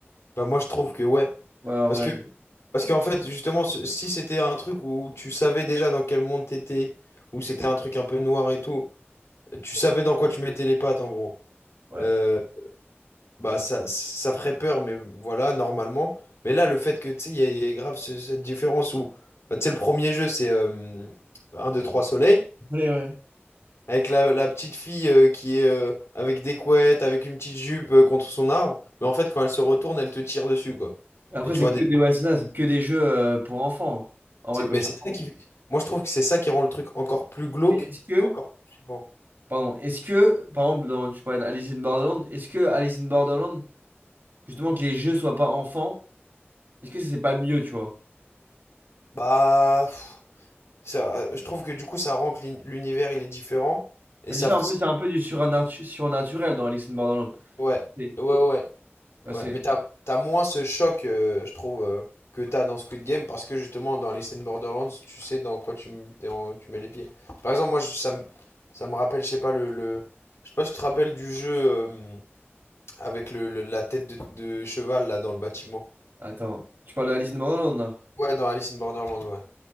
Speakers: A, on the left (about 85°); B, on the right (about 55°).
A: bah moi, je trouve que ouais.
B: Ouais, en
A: Parce
B: vrai.
A: que, parce qu'en fait, justement, ce- si c'était un truc où tu savais déjà dans quel monde t'étais, où c'était un truc un peu noir et tout, tu savais dans quoi tu mettais les pattes, en gros.
B: Ouais.
A: Euh, Bah, ça, ça ferait peur, mais voilà, normalement. Mais là, le fait que, tu sais, il y, a il y a grave ce- cette différence où, bah, tu sais, le premier jeu, c'est euh, un 2 3 soleil.
B: Ouais, ouais.
A: Avec la, la petite fille euh, qui est euh, avec des couettes, avec une petite jupe euh, contre son arbre. Mais en fait, quand elle se retourne, elle te tire dessus, quoi.
B: Après,
A: Et tu
B: c'est
A: vois,
B: que
A: des-
B: des, ouais, c'est ça, c'est que des jeux euh, pour enfants. En
A: c'est
B: vrai, quand
A: mais
B: tu...
A: c'est ça qui... Moi, je trouve que c'est ça qui rend le truc encore plus glauque.
B: Mais Est-ce que...
A: Encore plus flippant.
B: Pardon, est-ce que, par exemple, dans, tu parlais d'Alice in Borderland, est-ce que Alice in Borderland, justement, que les jeux soient pas enfants, est-ce que c'est pas mieux, tu vois?
A: Bah, pff, ça, euh, je trouve que du coup, ça rend que l'uni- l'univers, il est différent. Et
B: Bah,
A: ça...
B: déjà, un peu, c'est un peu du suranatu- surnaturel dans Alice in Borderland.
A: Ouais,
B: C'est,
A: ouais, ouais.
B: bah,
A: Ouais,
B: c'est-
A: mais t'as, t'as moins ce choc, euh, je trouve, euh, que t'as dans Squid Game, parce que justement, dans les scènes Borderlands, tu sais dans quoi tu, m- t'es en- tu mets les pieds. Par exemple, moi, je- ça me, ça me rappelle, je sais pas, le, le- Je sais pas si tu te rappelles du jeu euh, avec le, le- la tête de, de cheval, là, dans le bâtiment.
B: Attends, tu parles de Alice in Borderland, là?
A: Ouais, dans Alice in Borderland, ouais.